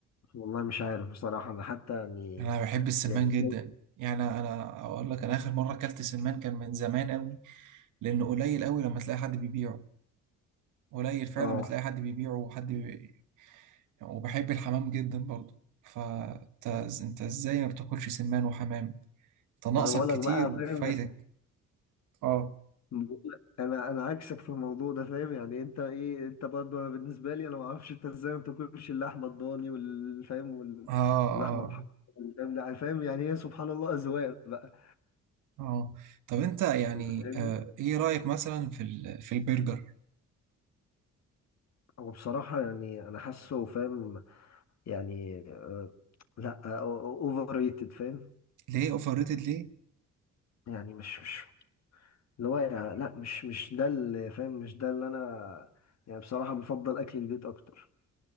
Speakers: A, on the left; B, on the right.
A: والله مش عارف بصراحه انا حتى يعني
B: انا بحب السمان
A: يعني
B: جدا يعني انا اقول لك انا اخر مره اكلت سمان كان من زمان قوي لانه قليل قوي لما تلاقي حد بيبيعه قليل فعلا
A: اه
B: لما تلاقي حد بيبيعه وحد بي... وبحب الحمام جدا برضه فانت انت ازاي ما بتاكلش سمان وحمام انت ناقصك
A: ما انا بقول
B: كتير
A: لك بقى
B: وفايتك
A: فاهم يعني
B: اه
A: بقولك انا انا عكسك في الموضوع ده فاهم يعني انت ايه انت برضه انا بالنسبه لي انا ما اعرفش انت ازاي ما بتاكلش اللحمه الضاني والفاهم وال-
B: اه اه
A: واللحمه الحمراء والفاهم لا، فاهم يعني هي سبحان الله اذواق بقى
B: اه طب انت يعني
A: انت فاهمني
B: آه ايه رايك مثلا في ال... في البرجر
A: هو بصراحه يعني انا حاسه فاهم يعني آه، لا اوفر ريتد فاهم
B: ليه اوفر ريتد ليه
A: يعني مش مش اللي هو يعني لا مش مش ده اللي فاهم مش ده اللي انا يعني بصراحه بفضل اكل البيت اكتر